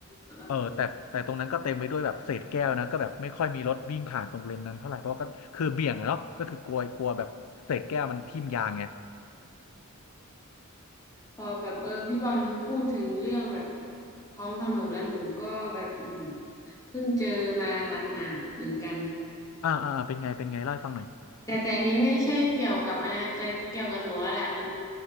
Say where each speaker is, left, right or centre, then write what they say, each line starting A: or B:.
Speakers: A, on the left; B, on the left.
A: ่า
B: เออแต่แต่ตรงนั้นก็เต็มไปด้วยแบบเศษแก้วนะก็แบบไม่ค่อยมีรถวิ่งผ่านตรงเลนนั้นเท่าไหร่เพราะก็คือเบี่ยงอะเนาะก็คือกลัวกลัวแบบเศษแก้วมันทิ่มยางไง
A: พอแบบเออพี่บอลพูดถึงเรื่องแบบท้องถนนแล้วหนูก็แบบอืมเพิ่งเจอมาหมาดๆเหมือนกัน
B: อ่าอ่าอ่าเป็นไงเป็นไงเล่าให้ฟังหน่อย
A: แต่แต่อันนี้ไม่ใช่เกี่ยวกับอะไรนะแต่เกี่ยวกับหนูอะแหละมัน